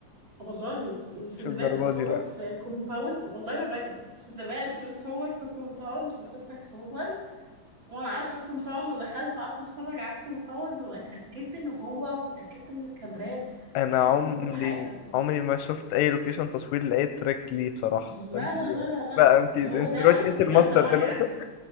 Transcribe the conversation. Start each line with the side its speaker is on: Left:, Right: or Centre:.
Right: والله سندباد
Left: مش الدرجه
Right: متصور
Left: دي لا
Right: في كومباوند والله ما بكدب سندباد متصور في كومباوند في 6 اكتوبر وانا عارفه الكومباوند ودخلت وقعدت اتفرج على الكومباوند واتاكدت ان هو واتاكدت من الكادرات
Left: انا
Right: اتاكدت
Left: عمري
Right: من كل حاجه
Left: عمري ما شفت اي لوكيشن تصوير لاي تراك ليه بصراحه
Right: لا
Left: فانت
Right: لا لا لا لا
Left: بقى انت انت
Right: هو ده
Left: دلوقتي
Right: لا
Left: انت
Right: بجد
Left: الماستر
Right: اه
Left: دلوقتي
Right: يعني